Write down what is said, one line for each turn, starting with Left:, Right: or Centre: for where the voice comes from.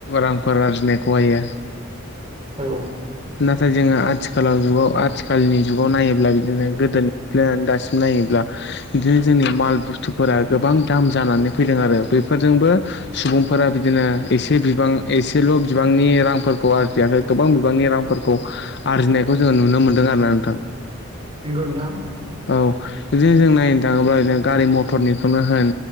Left: रांफोर आरजिनाय खौहायो
Right: औ
Left: नाथाय जोङो आथिखालाव जुगाव आथिखालनि जुगाव नायोब्ला बिदिनो गोदोनिफ्लनानै दासिम नायोब्ला इदिनो जोंनि माल बुस्थुफोरा गोबां दाम जानानै फैदों आरो बेफोरजोंबो सुबुंफोरा बिदिनो एसे बिबां एसेल' बिबांनि रांफोरखौ आरजियाखै गोबां बिबांनि रां फोरखौ आरजिनायखौ जोङो नुनो मोनदों आरोना नोंथां
Right: नंगौ नोंथां
Left: औ बिदिनो जों नायनो थाङोब्ला बिदिनो गारि मथरनिखौनो होन